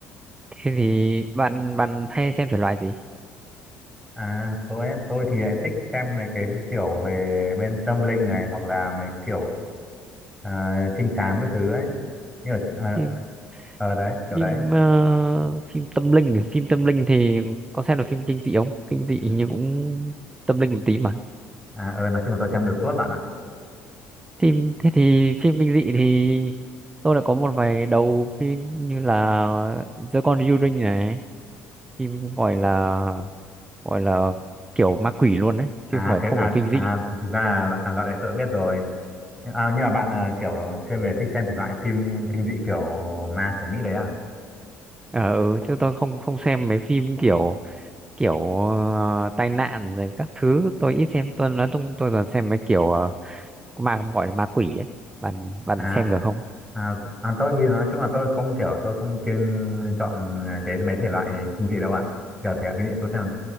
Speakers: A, on the right (about 20°); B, in the centre.
A: thế thì bạn bạn hay xem thể loại gì
B: À tôi ấy, tôi thì lại thích xem mấy cái kiểu về bên tâm linh này hoặc là mấy kiểu à, trinh thám các thứ ấy. Như ở, ờ
A: phim
B: ờ, đấy, kiểu
A: phim
B: đấy.
A: ờ, phim tâm linh phim tâm linh thì có xem được phim kinh dị không kinh dị nhưng cũng tâm linh một tí mà
B: À ờ nói chung là tôi xem được tuốt bạn ạ.
A: phim thế thì phim kinh dị thì tôi đã có một vài đầu phim như là giữa con yêu đương này phim gọi là gọi là kiểu ma quỷ luôn đấy
B: à
A: chứ không phải
B: cái
A: không
B: à
A: phải kinh
B: à
A: dị
B: thực ra là à, loại đấy tớ biết rồi nhưng, à, nhưng mà bạn à, kiểu chuyên về thích xem thể loại phim kinh dị kiểu ma kiểu Mỹ đấy à
A: ờ ừ chứ tôi không không xem mấy phim kiểu kiểu ờ, tai nạn rồi các thứ tôi ít xem tôi nói chung tôi toàn xem mấy kiểu ờ, ma gọi là ma quỷ ấy bạn bạn
B: à
A: xem được không
B: à, à tôi thì nói chung là tôi không kiểu tôi không kiêng chọn cái mấy thể loại kinh dị đâu ạ kiểu thể loại kinh dị tôi xem